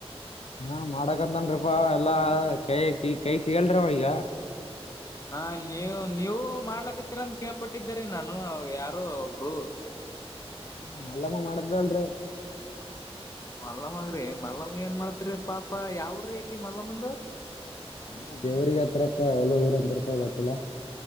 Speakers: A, on the left; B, on the left.
A: ಹಾ ಮಾಡಕಂತನ್ಿಪಾ ಎಲ್ಲಾ ಕೈ ಕೈ ಸಿಗಲ್ರವ ಈಗ
B: ಹ ನೀವು ನೀವು ಮಾಡ್ಲಕತ್ತೀರಂತ ಕೇಳ್ಪಟ್ಟಿದ್ದರಿ ನಾನು ಯಾರು ಹುಡುಗ್ರು
A: ಹ ಮಲ್ಲಮ್ಮ ಮಾಡದ್ಲ್ರರಿ
B: ಮಲ್ಲಮ್ಮಗ್ರಿ ಮಲ್ಲಮ್ಮ ಏನ್ ಮಾಡತಿರಿ ಪಾಪ ಯಾವ್ ಉರಿ ಅಕಿ ಮಲ್ಲಮ್ಮಂದು
A: ಇಲ್ಲೆ ದೇವ್ರಿಗೆ ಹತ್ತಪ್ಪ ಎಲ್ಲೋ ಊರ ಅಂತತ್ರಪ್ಪ ಗೊತ್ತಿಲ್ಲಾ